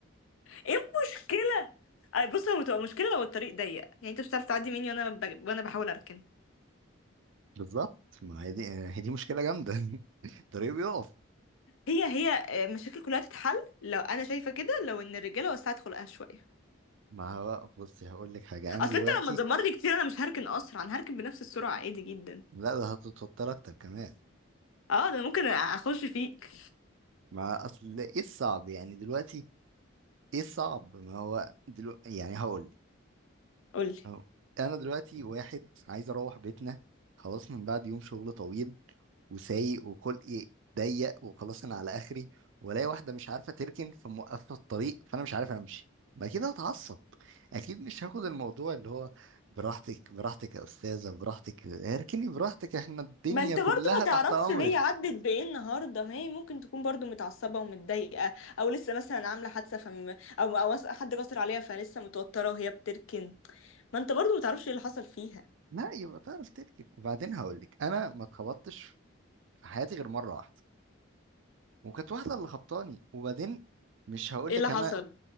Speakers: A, on the left; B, on the right.
A: ايه المشكلة اي بص هو بتبقى مشكلة لو الطريق ضيق يعني انت مش هتعرف تعدي مني وانا ب... وانا بحاول اركن
B: بالظبط ما هي دي هي دي مشكله جامده <laughs> الطريق بيقف
A: هي هي آه، مشاكل كلها تتحل لو انا شايفة كده لو ان الرجالة وسعت خلقها شوية
B: ما هو بصي هقول لك حاجه انا
A: اصل
B: دلوقتي
A: انت لما تزمرني كتير انا مش هركن اسرع انا هركن بنفس السرعة عادي جدا
B: لا ده هتتوتر اكتر كمان
A: اه ده أنا ممكن اخش فيك
B: ما اصل ايه الصعب يعني دلوقتي ايه الصعب ما هو دلوقتي يعني هقول
A: قولي
B: أه. انا دلوقتي واحد عايز اروح بيتنا خلاص من بعد يوم شغل طويل وسايق وخلقي ضيق وخلاص انا على اخري والاقي واحده مش عارفه تركن فموقفه الطريق فانا مش عارف امشي ما اكيد هتعصب اكيد مش هاخد الموضوع اللي هو براحتك براحتك يا استاذه براحتك اركني براحتك احنا الدنيا
A: ما انت
B: كلها
A: برضو ما
B: تحت
A: تعرفش
B: امرك
A: ان هي عدت بايه النهارده ما هي ممكن تكون برضو متعصبه ومتضايقه او لسه مثلا عامله حادثه فم... او او حد جسر عليها فلسه متوتره وهي بتركن ما انت برضو ما تعرفش ايه اللي حصل فيها
B: لا يبقى تعرف تركن وبعدين هقول لك انا ما اتخبطتش في حياتي غير مره واحده وكانت واحده اللي خبطاني وبعدين مش هقول
A: ايه
B: لك
A: اللي
B: انا
A: حصل